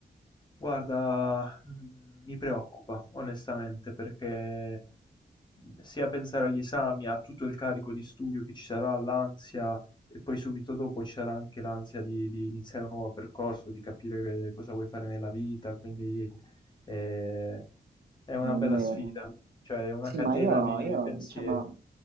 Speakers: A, on the left; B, on the right.
A: Guarda, mh, mi preoccupa onestamente perché sia pensare agli esami, a tutto il carico di studio che ci sarà, l'ansia e poi subito dopo ci sarà anche l'ansia di, di iniziare un nuovo percorso, di capire che- cosa vuoi fare nella vita, quindi eh, è una
B: Non
A: bella
B: è vero?
A: sfida, cioè è una
B: Sì,
A: catena
B: ma io,
A: di
B: io,
A: pensieri.
B: cioè, ma